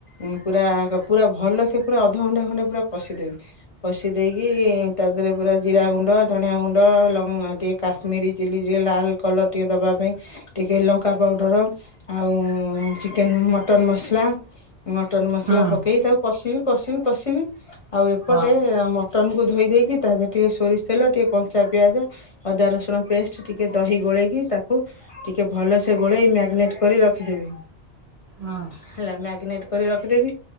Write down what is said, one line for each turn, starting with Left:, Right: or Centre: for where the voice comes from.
Left: ମୁଂ ପୁରା ପୁରା ଭଲ ସେ ପୁରା ଅଧଘଣ୍ଟା ଖଣ୍ଟେ ପୁରା କଷିଦେବି। କଷି ଦେଇକି ତା ଦେହରେ ପୁରା ଜିରା ଗୁଣ୍ଡ, ଧଣିଆ ଗୁଣ୍ଡ ଲଙ୍କା ଟିକେ କାଶ୍ମୀରୀ ଚିଲି ଟିକେ ଲାଲ କଲର୍ ଟିକେ ଦେବା ପାଇଁ ଟିକେ ଲଙ୍କା ପାଉଡ଼ର, ଆଉ ଚିକେନ୍ ମଟନ୍, ମସଲା ମଟନ ମସଲା
Right: ହୁଁ
Left: ପକେଇ ତାକୁ କଷିବି, କଷିବି, କଷିବି ଆଉ ଏପଟେ
Right: ହଁ
Left: ମଟନ କୁ ଧୋଇ ଦେଇକି ତା ଦେହରେ ଟିକେ ସୋରିଷ ତେଲ ଟିକେ କଞ୍ଚା ପିଆଜ ଅଦା ରସୁଣ ପେଷ୍ଟ ଟିକେ ଦହି ଗୋଳେଇକି ତାକୁ ଟିକେ ଭଲସେ ଗୋଳେଇ ମ୍ୟାଗନେଟ୍ କରି ରଖିଦେବି।
Right: ହୁଁ
Left: ହେଲା ମ୍ୟାଗନେଟ୍ କରି ରଖିଦେବି